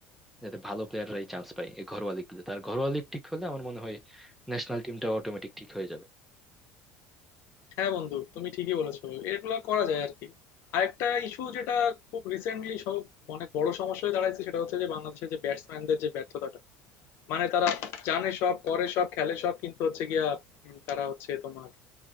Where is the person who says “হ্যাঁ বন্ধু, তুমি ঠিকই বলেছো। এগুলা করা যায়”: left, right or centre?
Left